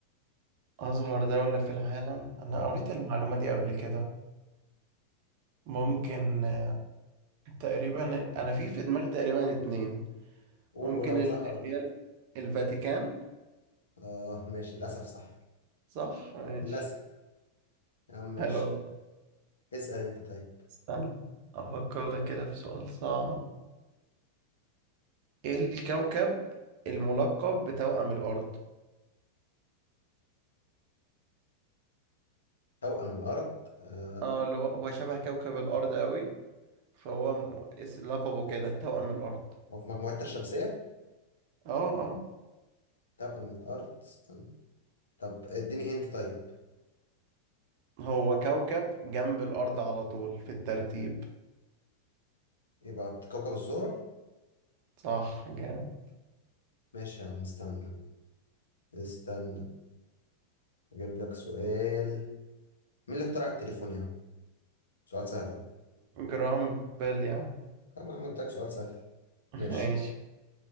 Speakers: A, on the right; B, on the left.
A: اصغر دولة في العالم انا
B: اه
A: قريت المعلومة دي قبل كده ممكن آه، تقريبا انا في في دماغي تقريبا اتنين
B: قول
A: ممكن
B: ولو
A: ال-
B: صح اقول
A: اللي
B: لك
A: هي الفاتيكان
B: اه ماشي للاسف صح
A: صح ماشي
B: للاسف يا عم ماشي
A: حلو أوي.
B: اسأل انت طيب
A: استنى أفكر لك كده في سؤال صعب إيه الكوكب الملقب بتوأم الأرض؟
B: توأم الارض آه.
A: اه اللي هو هو شبه كوكب الأرض أوي فهو م- اس- لقبه كده توأم الأرض
B: هو في مجموعتنا الشمسية
A: اه اه
B: توأم الارض استنى طب اديني هنت طيب
A: هو كوكب جنب الأرض على طول في الترتيب
B: يبقى كوكب الزهرة
A: صح جامد
B: ماشي يا عم استنى استنى اجيب لك سؤال مين اللي اخترع التليفون يا عم سؤال سهل اهو
A: جرامبل يعني
B: طب أنا عملتك سؤال سهل
A: <laughs>
B: ماشي
A: ماشي